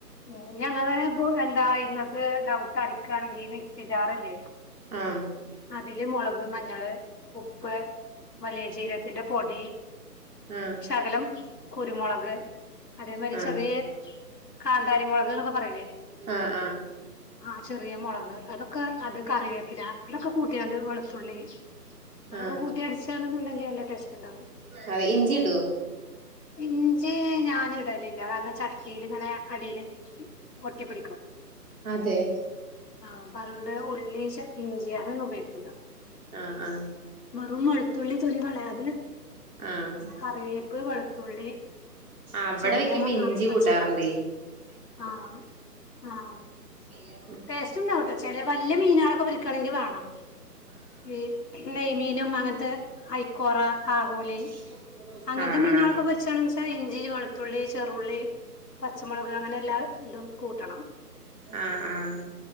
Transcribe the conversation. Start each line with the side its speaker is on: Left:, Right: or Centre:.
Left: ഉം ഞങ്ങള് ഇപ്പൊ എന്താ ഇങ്ങത്തെ ഡൗട്ട് അടിക്കാണെങ്കി മിക്സി ജാറില്ലേ
Right: ആം
Left: അതില് മൊളക് മഞ്ഞള് ഉപ്പ് വലിയ ജീരത്തിന്റെ പൊടി
Right: ആഹ്
Left: ശകലം കുരുമൊളക് അതേ മാരി
Right: ആഹ്
Left: ചെറിയ കാന്താരി മൊളക് എന്നൊക്കെ പറയില്ലേ
Right: ആഹ് ആഹ്
Left: ആഹ് ചെറിയ മൊളക് അതൊക്കെ അത് കറിവേപ്പില അതൊക്കെ കൂട്ടിയാണ്ട് വെളുത്തുള്ളി ആ
Right: ആഹ്
Left: ഊട്ടി അടിച്ചാണെന്നുണ്ടെങ്കി നല്ലാ ടേസ്റ്റിണ്ടാവും
Right: ആ ഇഞ്ചിടുവോ
Left: ഇഞ്ചി ഞാൻ ഇടലില്ല കാർണെ ചട്ടീലിങനെ അടിയില് ഒട്ടി പിടിക്കും
Right: അതെ
Left: ആ അപ്പൊ അതോണ്ട് ഉള്ളേച്ച ഇഞ്ചി അതൊന്നും ഉപയിക്കൂല
Right: ആഹ് ആഹ്
Left: വെറും വെളുത്തുള്ളി തൊലി കളയാതെ
Right: ആഹ്
Left: കറിയേപ്പ് വെള് ഉള്ളി
Right: അവിടെ
Left: ചെറിയമ്മ
Right: വെക്കുമ്പോ ഇഞ്ചി
Left: പച്ചമൊളകും
Right: കൂട്ടാറുണ്ടേ
Left: ആഹ് ആം
Right: ചെയ്യ
Left: ടേസ്റ്റ് ഉണ്ടാവട്ടെ ചെല വലിയ മീന ആളൊക്കെ വിൽക്കണമെങ്കിൽ വേണം ഈ നെയ്മീനും അങ്ങനത്തെ അഐക്കോറ ആഗോലി
Right: <inaudible>
Left: അങ്ങനത്തെ മീനുകളൾൊക്കെ
Right: ആഹ്
Left: വെച്ചണ വെച്ചാൽ ഇഞ്ചി വെളുത്തുള്ളി ചെറുുള്ളി പച്ചമുളക് അങ്ങനെ എല്ലാ ഇതും കൂട്ടണം
Right: ആഹ ആഹ